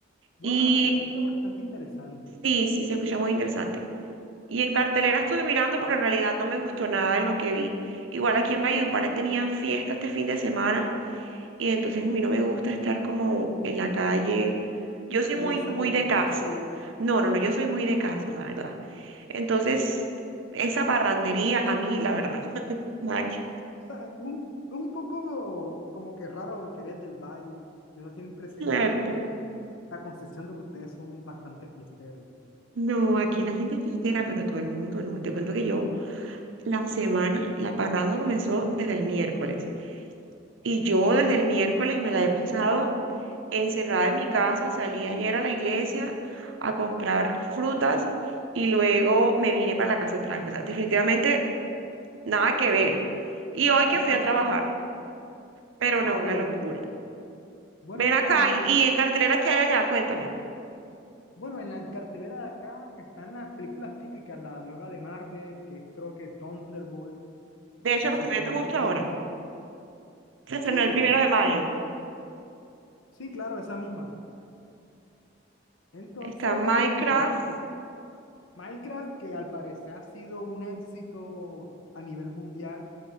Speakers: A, on the left; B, on the right.
A: Bueno,
B: y
A: se escucha bastante interesante.
B: sí, sí, se escucha muy interesante. Y en cartelera estuve mirando, pero en realidad no me gustó nada de lo que vi. Igual aquí en Valledupar tenían fiesta este fin de semana Y entonces a mí no me gusta estar como en la calle. Yo soy
A: En
B: muy,
A: esas
B: muy
A: épocas,
B: de casa.
A: sí.
B: No, no, no, yo soy muy de casa, la verdad. Entonces, esa parrandería a mí, la verdad, <laughs> nada que ver,
A: O sea, un, un poco como que raro porque eres del valle. Yo no tienen presente
B: ¿cierto?
A: como la, la concepción de que ustedes son bastante fiesteros.
B: No, aquí la gente es fiestera, pero todo el mundo no. Te cuento que yo, la semana, la parranda comenzó desde el miércoles. Y yo desde el miércoles me la he pensado encerrada en mi casa, salí ayer a la iglesia a comprar frutas y luego me vine para la casa otra vez. O sea, definitivamente nada que ver. Y hoy
A: <laughs>
B: que fui a trabajar, pero
A: Ah,
B: no, una
A: bueno.
B: locura.
A: Bueno,
B: Ven
A: mira,
B: acá
A: en,
B: y,
A: cu-
B: y en cartelera que hay allá, cuéntame.
A: bueno, en la cartelera de acá están las películas típicas, la nueva de Marvel, que es creo que Thunderbolt,
B: De hecho,
A: esas
B: lo estoy
A: estuve
B: viendo justo
A: viendo,
B: ahora.
A: no
B: Se estrenó
A: Sí,
B: el primero de mayo.
A: sí, claro, esa misma. Entonces
B: Está Minecraft,
A: yo digo como que, bueno, Minecraft, que al parecer ha sido un éxito a nivel mundial,